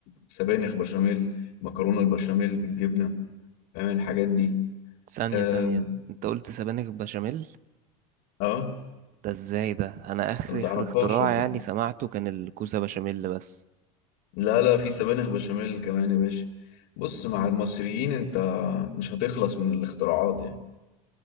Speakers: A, on the left; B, on the right.
A: سبانخ بشاميل مكرونه البشاميل بالجبنه فاهم الحاجات دي
B: ثانيه
A: اه
B: ثانيه انت قلت سبانخ بشاميل
A: اه
B: ده ازاي ده انا اخر
A: انت ما تعرفهاش
B: اخر اختراع
A: ولا
B: يعني
A: إيه؟
B: سمعته كان الكوسة بشاميل بس
A: لا لا في سبانخ بشاميل كمان يا باشا بص مع المصريين انت مش هتخلص من الاختراعات يعني